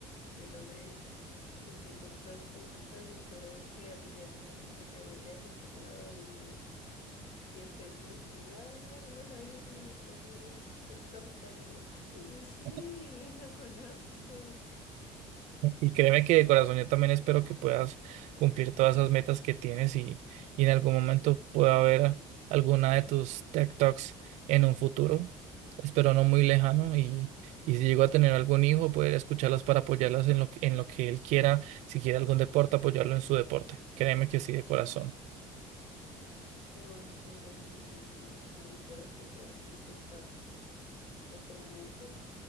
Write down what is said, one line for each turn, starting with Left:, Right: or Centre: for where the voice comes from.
Left: que logres cumplir con todas tus metas y espero que algún día yo, no sé, vuele a cualquier lado y, y después como que, ah, no, soy Juan David y soy su, soy su capitán y yo, ay, sí,
Right: <laughs>
Left: <laughs> lo conozco.
Right: Y créeme que de corazón yo también espero que puedas cumplir todas esas metas que tienes y, y en algún momento pueda haber alguna de tus tech Talks en un futuro. Espero no muy lejano y, y si llego a tener algún hijo, poder escucharlas para apoyarlas en lo, que- en lo que él quiera, si quiere algún deporte, apoyarlo en su deporte. Créeme que sí, de corazón.
Left: Ay, muchas gracias, Manda. Sí, cuando quieras te puedo dar consulta. en cualquier momento,